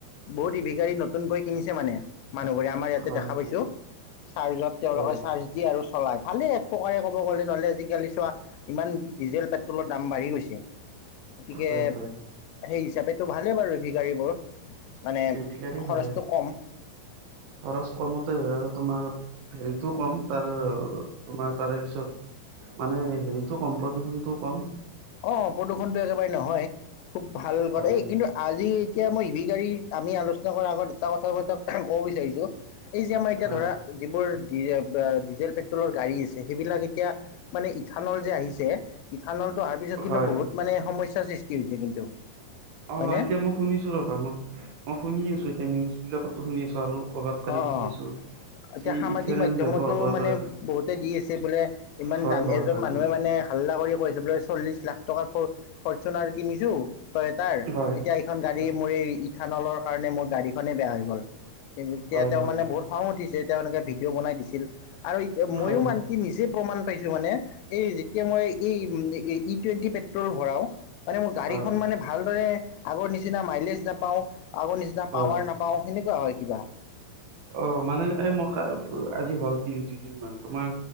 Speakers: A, on the left; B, on the right.
A: বহুত ইভি গাৰী নতুনকৈ কিনিছে মানে মানুহবোৰে, আমাৰ ইয়াতে
B: হয়
A: দেখা পাইছো।
B: হয়
A: চাৰ্জত তেওঁলোকে
B: হয়।
A: চাৰ্জ দিয়ে আৰু চলাই, ভালে এক প্ৰকাৰে ক'ব গ'লে নহ'লে আজিকালি চোৱা ইমান ডিজেল, পেট্ৰলৰ দাম বাঢ়ি গৈছে গতিকে
B: হয় হয়
A: সেই হিচাপেতো ভালেই বাৰু ইভি গাড়ী বোৰ। মানে
B: ই ভি গাড়ী
A: খৰচটো
B: ভালে
A: কম।
B: খৰচ কমতে হয় আৰু তোমাৰ হেৰিতো কম, তাৰ তোমাৰ তাৰে পিছত মানে হেৰিটো কম, প্ৰদূষণটো কম।
A: অ'-অ' প্ৰদূষণতো একেবাৰে নহয়, খুব ভাল কথা
B: হয়
A: এই কিন্তু আজি এতিয়া মই ইভি গাড়ী আমি আলোচনা কৰাৰ আগত এটা কথা মই তাক ক'ব বিচাৰিছোঁ‌। এই যে আমাৰ এতিয়া
B: হয়
A: ধৰা যিবোৰি ডিজেল, পেট্ৰলৰ গাড়ী আছে সেইবিলাক এতিয়া মানে ইথানল যে আহিছে, ইথানল অহাৰ পিছত কিন্তু
B: হয়
A: বহুত মানে সমস্যাৰ সৃষ্টি হৈছে কিন্তু। হয়নে?
B: অ', এতিয়া মই শুনিছো ৰ'বা মই, মই শুনি আছো এতিয়া নিউজ বিলাকতো শুনি আছো আৰু কবাত কানি
A: অ',
B: শুই
A: অ'।
B: আছো।
A: এতিয়া
B: যি
A: সামাজিক
B: ইথেনেল
A: মাধ্যমতো
B: ব্যৱহাৰ কৰিব
A: মানে
B: পাৰে
A: বহুতে দি আছে বোলে, ইমান
B: হয়
A: দাম
B: হয়
A: এজন
B: হয়
A: মানুহে মানে হাল্লা কৰি কৈছে বোলে চল্লিশ লাখ টকাৰ ফ-ফৰচুনাৰ কিনিছো, তয়েটাৰ,
B: হয়।
A: এতিয়া এখন গাড়ী
B: হয়
A: মোৰ এই ইথানলৰ কাৰণে মোৰ গাড়ীখনেই বেয়া হৈ গ'ল। এতিয়া
B: হয় হয়
A: তেওঁ
B: হয়
A: মানে বহুত খং উঠিছে তেওঁ এনেকে ভিডিঅ' বনাই দিছিল আৰু ময়ো
B: হয়
A: মানে কি নিজে প্ৰমাণ পাইছো মানে এই যেতিয়া মই এই উম, ই টুৱেণ্টি পেট্ৰল ভৰাও, মানে মোৰ
B: হয়।
A: গাড়ীখন মানে ভালদৰে আগৰ নিচিনা মাইলেজ নাপাওঁ, আগৰ নিচিনা
B: হয়
A: পাৱাৰ নাপাওঁ সেনেকুৱা হয় কিবা।
B: অ, মানে এ মই আজি হল তি দুদিন মান তোমাৰ